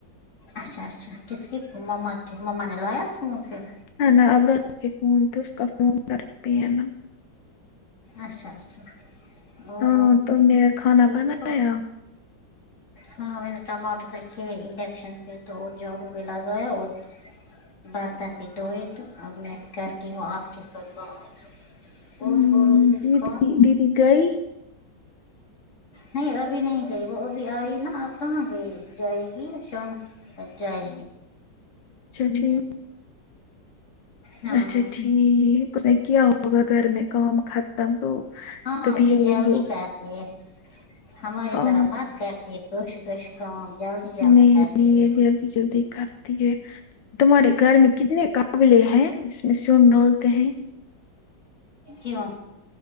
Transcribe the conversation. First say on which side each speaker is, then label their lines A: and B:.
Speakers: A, on the left; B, on the left.
A: اچھا اچھا کس کی فو مما کے مما نے لایا فون فیر
B: نہ نہ ابرار کے فون پے اس کا فون گھر پے ہے نہ
A: اچھا اچھا اور
B: ہاں
A: بتاؤ
B: تم نے کھانا
A: ٹھیک
B: بنایا
A: ہو ہاں میں نے ٹماٹر رکھے ہیں انڈکشن پے تو اور جاڑو لگایا اور برتن بھی دھوئے تو اب میں کرتی ہوں آپ کے ساتھ بات
B: ہوں،
A: اور بولو کچھ
B: دیدی
A: کام
B: دیدی گئی
A: نہیں ابھی نہیں گئی وہ ابھی آئی نا اب کہاں گئی جائے گی شام <unintelligible> اور جائے
B: اچھا ٹھیک
A: ہاں
B: اچھا ٹھیک اس نے کیا ہوگا گھر میں کام قاتم تو
A: ہاں
B: تبھی
A: امی
B: ہوئی
A: جلدی
B: ہو
A: کرتی ہے ہماری
B: ہاں
A: طرح مت کرتی ہے <unintelligible> کام جلدی جلدی
B: نہیں
A: کرتی
B: نہیں
A: ہے
B: یہ جلدی جلدی کرتی ہے تمہارے گر میں کتنے کام تبلے ہیں جس میں سون ڈالتے ہیں
A: ہیو